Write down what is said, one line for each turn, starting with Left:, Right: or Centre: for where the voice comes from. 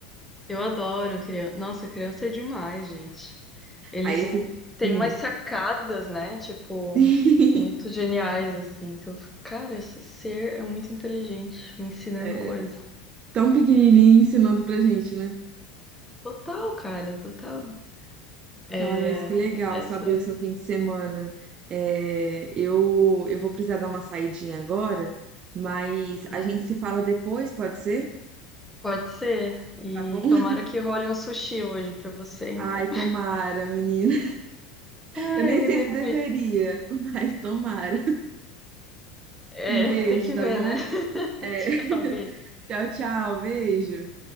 Centre: Eu adoro criança. Nossa, criança é demais, gente. Eles
Right: Aí esse...
Centre: têm
Right: Hum.
Centre: umas sacadas, né? Tipo,
Right: <laughs>
Centre: muito geniais, assim, que eu fico, cara, esse ser é muito inteligente, me ensinando
Right: É,
Centre: coisas.
Right: tão pequenininho ensinando pra gente, né?
Centre: Total, cara, total. É,
Right: Ah, mas que legal
Centre: essa.
Right: saber o seu fim de semana. É, eu, eu vou precisar dar uma saidinha agora, mas
Centre: Ah,
Right: a gente
Centre: sim.
Right: se fala depois, pode ser?
Centre: pode ser. E
Right: Tá bom?
Centre: tomara que role um sushi hoje pra você, então.
Right: Ai,
Centre: <laughs>
Right: tomara, menina.
Centre: Ai,
Right: Eu nem
Centre: que
Right: sei
Centre: delícia.
Right: se <laughs> deveria, mas tomara.
Centre: É,
Right: Um beijo,
Centre: tem que
Right: tá
Centre: ver,
Right: bom?
Centre: né? <laughs>
Right: É,
Centre: Tchau, beijo.
Right: tchau, tchau, beijo.